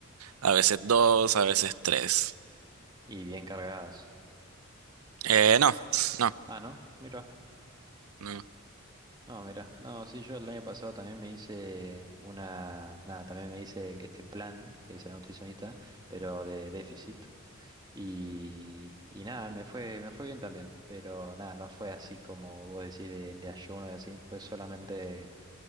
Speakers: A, on the right; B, on the right.
A: a veces dos, a veces tres.
B: Y bien cargadas.
A: Eh, no, no,
B: Ah, ¿no? Mira.
A: no.
B: No, mira. No, sí, yo el año pasado también me hice una... Nada, también me hice este plan que es el nutricionista, pero de déficit. Y, y nada, me fue, me fue bien también. Pero nada, no fue así como vos decís de, de ayuno y así. Fue solamente